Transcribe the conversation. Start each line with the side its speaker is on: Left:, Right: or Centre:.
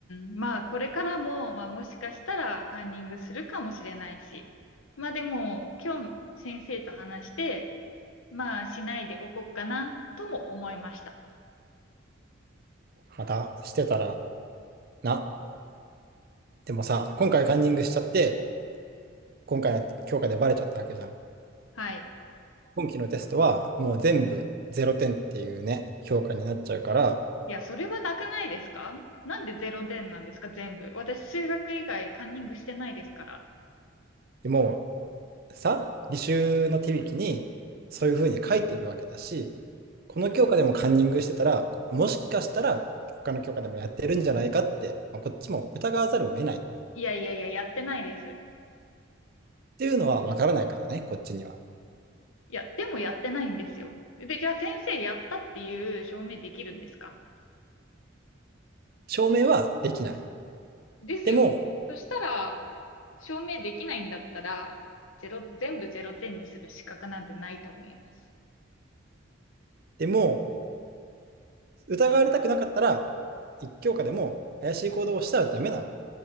Left: んまあこれからも、まあもしかしたらカンニングするかもしれないし。まあでも今日先生と話して、まあしないでおこうかなとも思いました。
Right: またしてたらな。でもさ、今回カンニングしちゃって、今回の評価でバレちゃったわけじゃん。
Left: はい。
Right: 今期のテストはもう全部ゼロ点っていうね、評価になっちゃうから、
Left: いや、それはなくないですかなんでゼロ点なんですか全部。私、数学以外カンニングしてないですから。
Right: もうさ、履修の手引きにそういうふうに書いてるわけだし、この教科でもカンニングしてたら、もしかしたら他の教科でもやってるんじゃないかって、まあ、こっちも疑わざるを得ないっ
Left: いやいやいや、やってないです。
Right: ていうのは分からないからね、こっちには。
Left: いや、でもやってないんですよ。で、じゃあ先生やったっていう証明できるんですか
Right: 証明はできない。
Left: ですよ。
Right: でも、
Left: そしたら、証明できないんだったら、ゼロ、全部ゼロ点にする資格なんてないと思います。
Right: でも、疑われたくなかったら、一教科でも怪しい行動をしたらダメなの